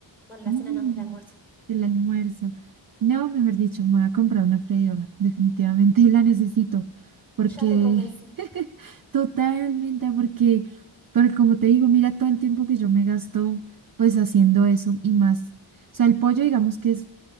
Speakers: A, in the centre; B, on the right.
A: Bueno, la
B: Mm,
A: cena no, el almuerzo.
B: El almuerzo. No, mejor dicho, me voy a comprar una freidora. Definitivamente <laughs> la necesito. Porque,
A: Ya te convencí.
B: <laughs> totalmente, porque, porque como te digo, mira todo el tiempo que yo me gasto pues haciendo eso y más. O sea, el pollo, digamos que es